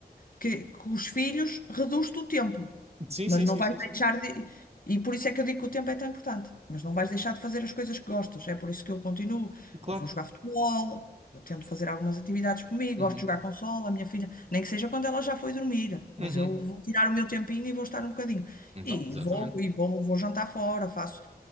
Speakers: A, on the left (about 55°); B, on the right (about 40°).
A: que, que os filhos reduz-te o tempo,
B: Sim,
A: mas
B: sim,
A: não
B: sim,
A: vais
B: sim, sim.
A: deixar de. E por isso é que eu digo que o tempo é tão importante, mas não vais deixar de fazer as coisas que gostas. É por isso que eu continuo.
B: Claro.
A: Eu vou jogar futebol, eu tento fazer algumas atividades comigo,
B: Uhum.
A: gosto de jogar consola, a minha filha, nem que seja quando ela já foi dormir,
B: Uhum.
A: mas eu vou tirar o meu tempinho e vou estar um bocadinho.
B: Então,
A: E
B: exatamente.
A: vou, e vou, vou jantar fora, faço